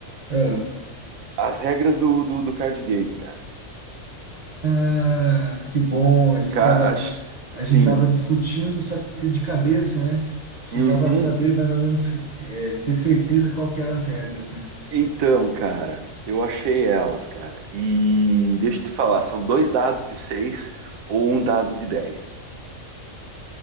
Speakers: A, on the right; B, on the right.
A: Ah,
B: As regras do, do, do card game, cara.
A: ah, que bom, a gente
B: Ca-
A: tava,
B: ach- Sim.
A: a gente tava discutindo, só que de cabeça, né? Precisava
B: Uhum.
A: saber mais ou menos, é, ter certeza qual que eram as regras, né?
B: Então, cara, eu achei elas, cara. E deixa eu te falar, são dois dados de 6 ou um dado de dez,